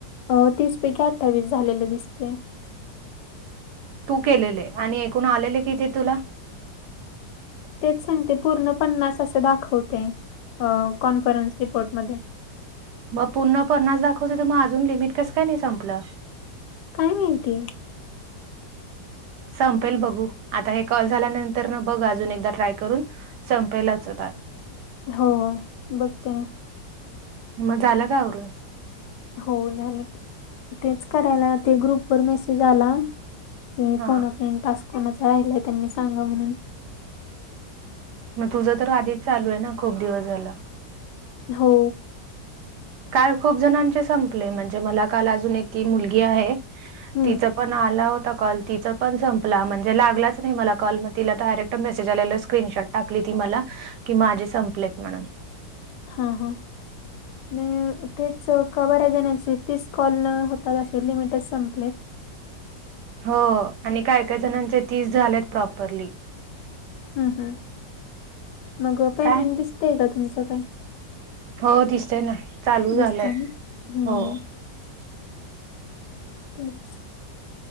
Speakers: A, on the left (about 75°); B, on the right (about 70°).
A: अ तीसपैकी अठ्ठावीस झालेले दिसते.
B: तू केलेले आणि एकून आलेले किती तुला?
A: तेच सांगते पूर्ण पन्नास असं दाखवते कॉन्फरन्स रिपोर्टमध्येध्ये.
B: मग पुर्ण पन्नास दाखवच तर मग अजून लिमिट कसं काय नाही संपलं?
A: काय माहिती.
B: संपेल बघू आता हे कॉल झाल्यानंतर बघ अजून एकदा ट्राय करून. संपेलाच आता.
A: हो बघते ना.
B: मग झालं का आववरून?
A: हो झालं की तेच करायला ते ग्रुप वर मेसेज आला हे
B: हा
A: फोन फेन टास् कोणाचा राहिलाय त्यांनी सांगा म्हणून,
B: मग तुझं तर आधीच चालू आहे ना खूप दिवस झाला.
A: हो
B: काल खूप जणांचे संपले म्हणजे मला काल अजून एक ती मुलगी आहे.
A: हम्म
B: तिच पण आला होता कॉल. तिचा पण संपला म्हणजे लागलाच नाही मला कॉल मग तिला डायरेक्ट मेसेज आलेला स्क्रीनशॉट टाकली ती मला, कि माझे संपलेत म्हणून.
A: हा हा न तेच बऱ्याच जण्याचे तीस कॉल न होताते लिमिटच संपलेत.
B: हो आणि काय काय जणांचे तीस झाल्यात प्रॉपरली.
A: हम् हम् मग पेमेंट
B: काय
A: दिसतय का तुमचं काय?
B: हो दिसतय ना चालू
A: दिसतय
B: झालंय
A: ना हम्म
B: हो.
A: तेच